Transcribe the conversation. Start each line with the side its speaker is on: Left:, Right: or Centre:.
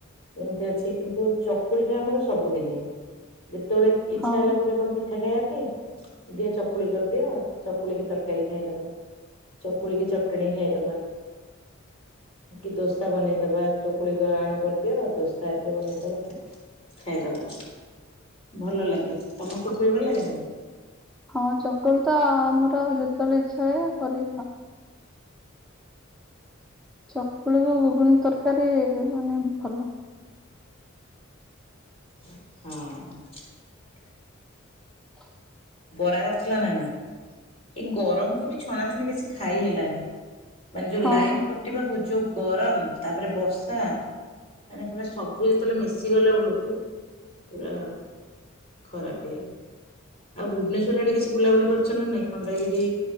Left: ଯେମତି ଅଛି କିନ୍ତୁ ଚକୁଳି ଟା ଆମର ସବୁ ଦିନି ଆ ଯେ ଯେତେତବେଳେ ଇଚ୍ଛା
Centre: ହଁ
Left: ହେଲା ଗୋଟେ କଣ ପିଠ ମିଠା ଖାଇବା ପାଇଁ ଦିଅ ଚକୁଳି କରିଦିଅ ଆଉ ଚକୁଳିିକି ତରକାରୀ ଖାଇଦବା, ଚକୁଳିିକି ଚଟଣୀ ଖାଇଦବା କି ଦୋସା ବନେଇଦବା, ଚକୁଳିିକ ଆଣ କରିଦିଅ ଦୋସା ଏଥିରେ ବନେଇଦବା ଖାଇଦବା। ଭଲ ଲାଗେ ତମ ଚକୁଳି ଭଲ ଲାଗେ ନା।
Centre: ହଁ ଚକୁଳି ତ ଆମର ଯେତେବେଳେ ଇଚ୍ଛା ହୁଏ କରିଥାଉ ଚକୁଳିକୁ ଘୁଗୁନି ତରକାରୀ ମାନେ ଭଲ।
Left: ହଁ
Centre: ହ
Left: ବରା କରିଥିଲା ନ ନାଇଁ ଏଇ ଗରମକୁୁ ବି ଛଣାଛୁଣି ବେଶୀ ଖାଇ ହେଲାନି। ମାନେ ଯୋଉ
Centre: ହଁ
Left: ଲାଇନ କଟିବାକୁ ଯୋଉ ଗରମ ତାପରେ ବର୍ଷା ମାନେ ପୁରା ସବୁ ଯେତେବେଳେ ମିଶିଗଲା ବେଳକୁ ପୁରା ଖରାପ ହେଇଗଲା। ଆଉ ଭୁବନେଶ୍ଵର ଆଡେ କିଛି ବୁଲାବୁଲି କରିଛ ନା ନାଇଁ। ଖଣ୍ଡଗିରି,